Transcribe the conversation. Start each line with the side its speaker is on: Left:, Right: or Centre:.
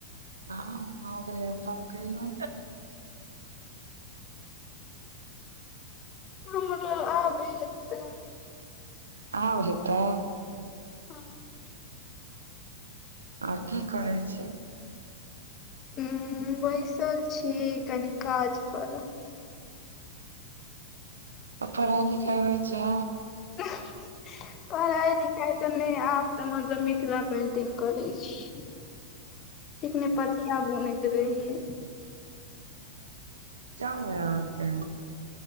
Right: आ भगेल अपनल कहियो
Left: मतलब आबी <unintelligible>
Right: आब हैतो
Left: हँ
Right: आ की करय छी
Left: हु बैसल छी कनी काज करब
Right: पढ़ाइ लिखाइ होइ छै
Left: पढ़ाइ लिखाइ तऽ नहि आ ऽ हमसभ मिथिला पेंटिंग करै छी एखने पथीया बुनईत रहीये
Right: होइ यऽ अहाँकेँ